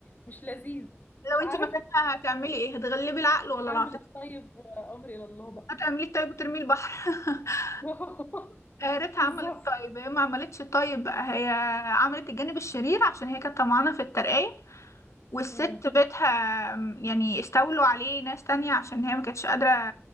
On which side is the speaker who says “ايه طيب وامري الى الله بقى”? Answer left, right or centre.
Left